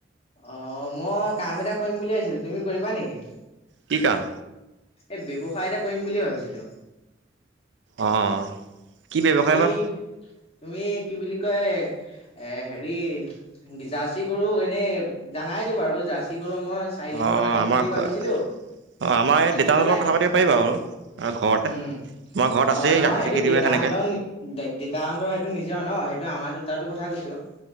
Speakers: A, on the left; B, on the right.
A: অঁ' মই কাম এটা কৰিম বুলি ভাৱিছিলো। তুমি কৰিবা নেকি?
B: কি কাম?
A: এই ব্যৱসায় এটা কৰিম বুলি ভাবিছিলোঁ।
B: অঁ। কি ব্যৱসায়
A: তুমি
B: বা
A: তুমি কি বুলি কয় এ হেৰি জাৰ্চি গৰু এনেই জানাইতো বাৰু জাৰ্চি গৰু মই চাৰিজনী
B: অ'
A: মান আনিম
B: আমাৰ
A: বুলি ভাবিছিলো
B: অ' আমাৰ এই
A: আনি
B: দেউতাহঁৰ
A: পেলাই
B: লগত কথা পাতিব পাৰিবা বাৰু ঘৰতে
A: উম
B: মই ঘৰত
A: অ'
B: আছেই
A: নহয়
B: গাখীৰ
A: সেইটো
B: চাখি
A: দেউতাহঁতৰ
B: দিওঁয়ে সেনেকৈ।
A: দেউতাহঁতৰ সেইটো নিজৰ ন সেইটো আমাৰ দুটাৰতো কথা কৈছো।